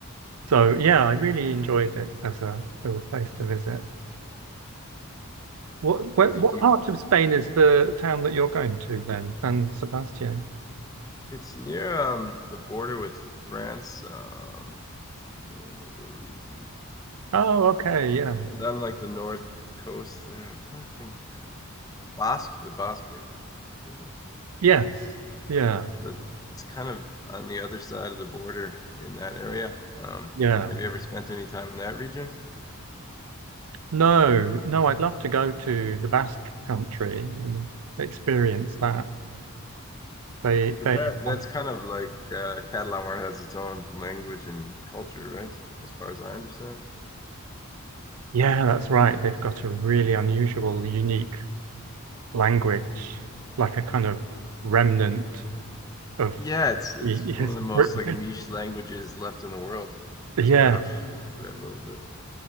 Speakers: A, on the right (about 85°); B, on the left (about 15°).
A: so yeah, I really enjoyed it as a as a place to visit. What what,
B: you think
A: what
B: you?
A: part of Spain is the town that you're going to then? San Sebastian.
B: It's near um the border with France. Um, what's the name of the region?
A: Oh, okay, yeah.
B: And then like the north coast there. I'm trying to think. Basque, the Basque region. is it?
A: Yes. Yeah.
B: That's it's kind of on the other side of the border in that area. Um,
A: Yeah.
B: have you ever spent any time in that region?
A: No, no, I'd love to go to the Basque country and experience that. They
B: 'Cause
A: they
B: that that's
A: have
B: kind of like uh, Catalan has its own language and culture, right? As far as I understand.
A: Yeah, that's right. They've got a really unusual, unique language, like a kind of remnant of
B: Yeah, it's it's
A: the
B: one
A: historic.
B: of the most like
A: <laughs>
B: niche languages left in the world,
A: Yeah,
B: is what I've read a little bit.